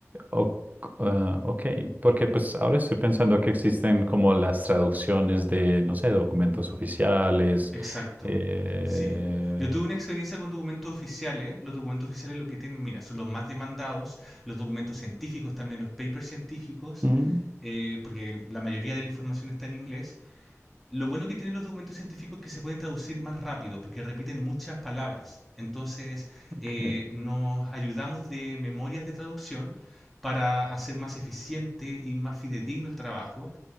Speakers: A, on the right; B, in the centre.
A: o- ah, ok, porque pues ahora estoy pensando que existen como las traducciones de, no sé, documentos oficiales.
B: Exacto,
A: eh,
B: sí. Yo tuve una experiencia con documentos oficiales. Los documentos oficiales lo que tienen, mira, son los más demandados, los documentos científicos también, los papers científicos,
A: mm,
B: eh, porque la mayoría de la información está en inglés. Lo bueno que tienen los documentos científicos es que se pueden traducir más rápido, porque repiten muchas palabras. Entonces,
A: ok,
B: eh, nos ayudamos de memorias de traducción para hacer más eficiente y más fidedigno el trabajo